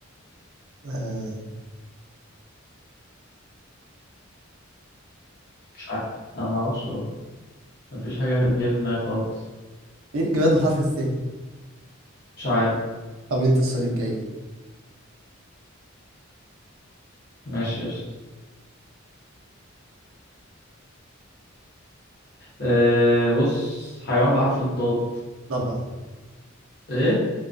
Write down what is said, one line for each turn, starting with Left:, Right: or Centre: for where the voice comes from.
Right: آه.
Left: مش عارف انا ما اعرفش والله مفيش حاجه جايه في دماغي خالص
Right: ايه الجماد بحرف الس
Left: مش عارف
Right: طب انت السؤال الجاي
Left: ماشي قشطة أه بص حيوان بحرف الضاد
Right: ضبع
Left: ايه